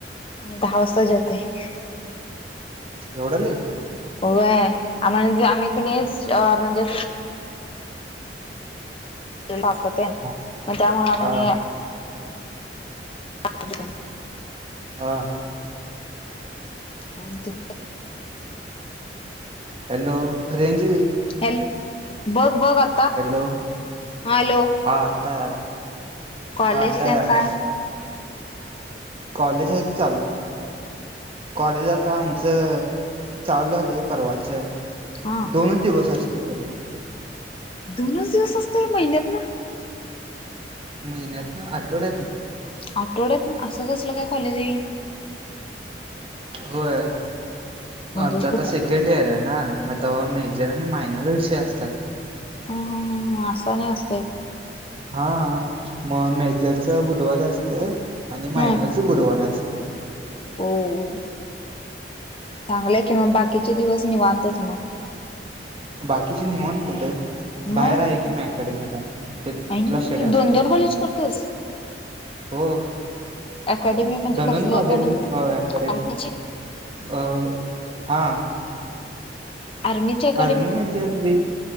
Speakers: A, on the left; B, on the right.
A: आम्हीं दहा वाजतां जेवतो होतोय
B: एवढं लेट
A: हो आमं आम्हीं कुणी म्हणजे केलं असतं ते
B: हा
A: त्यां मुळे म्हंणे
B: हा
A: ठी
B: हां हां
A: आणि ते
B: हॅलो रेंज
A: हॅल बघ बघ आ ता
B: हॅलो
A: हॅलो
B: हा आत्ता यायलाय
A: कॉलेज
B: हा आत्ता
A: तेन
B: यायलाय
A: काय?
B: कॉलेज आहे कि चालू कॉलेज आता आमचं चालू झालय परवाचन
A: हा
B: दोनच दिवस असतय खरं.
A: दोनच दिवस असतय महिन्यातन?
B: महिन्यातन आठवड्यातन.
A: आठवड्यात असं कसलं काय कॉलेज हाय ये.
B: होय
A: म्हणजे
B: आमचा आता
A: कुठ
B: सेकंड इयर आहे ना मग तेव्हा मेजर आणि मायनर विषय असतात.
A: हम् हम हम अस आणि अस
B: हा मग मेजरच बुधवारी असतय आणि
A: ह
B: मायनर च गुरुवारी असतय.
A: हो. चांगलंय कि मग बाकीचे दिवस निवांतच मग,
B: बाकीचे निवात कुठं बाहेर
A: मग
B: आहे की मी अकॅडेमीला त तिथला
A: आई
B: स्टडी असतो.
A: दोन दोन कॉलेज करतोस
B: हो
A: अकॅडमी म्हणजे
B: दोन
A: कसली
B: दोन कॉलेज
A: अकॅडमी
B: हो अकॅडमी
A: आर्मीची
B: अ हा.
A: आर्मीची अकॅडमी
B: आर्मी म्हणजे आपली